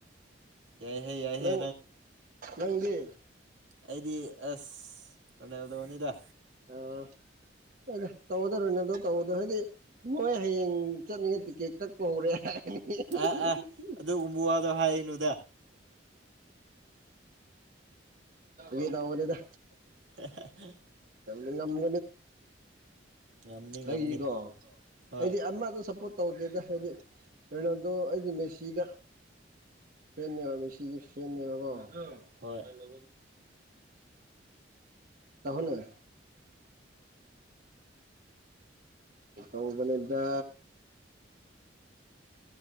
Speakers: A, on the right; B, on the right.
A: ꯌꯥꯏꯍꯦ ꯌꯥꯏꯍꯦ
B: ꯅꯪ ꯅꯪꯒꯤ
A: ꯑꯩꯗꯤ ꯑꯁ ꯔꯣꯅꯥꯜꯗꯣꯅꯤꯗ
B: ꯑ ꯑꯗꯨꯗ ꯇꯧꯒꯗꯧꯔꯣꯏꯅꯗꯣ ꯇꯧꯗ ꯍꯥꯏꯗꯤ ꯃꯣꯏ ꯍꯌꯦꯡ ꯆꯠꯅꯤꯡꯉꯦ ꯇꯤꯛꯀꯦꯠ ꯀꯛꯄ ꯍꯧꯔꯦ <unintelligible>
A: ꯑꯥ ꯑꯥ ꯑꯗꯨꯒꯨꯝꯕ ꯋꯥꯗꯣ ꯍꯥꯏꯅꯨꯗ
B: ꯌꯦꯗꯅꯦꯗ
A: <inaudible>
B: ꯉꯃ
A: ꯉꯝꯅꯤ ꯉꯝꯅꯤ
B: ꯑꯩꯅꯤꯀꯣ
A: ꯍꯣꯏ
B: ꯍꯥꯏꯗꯤ ꯑꯃꯗ ꯁꯞꯄꯣꯔꯠ ꯇꯧꯗꯦꯗ ꯍꯥꯏꯗꯤ ꯀꯩꯅꯣꯗꯣ ꯑꯩꯗꯤ ꯃꯦꯁꯤꯗ ꯐꯕ ꯃꯦꯁꯤꯒꯤ ꯐꯦꯟꯅꯦꯕꯀꯣ
A: ꯍꯣꯏ
B: ꯀꯥꯏ ꯂ ꯇꯍꯅ ꯇꯧꯕꯗ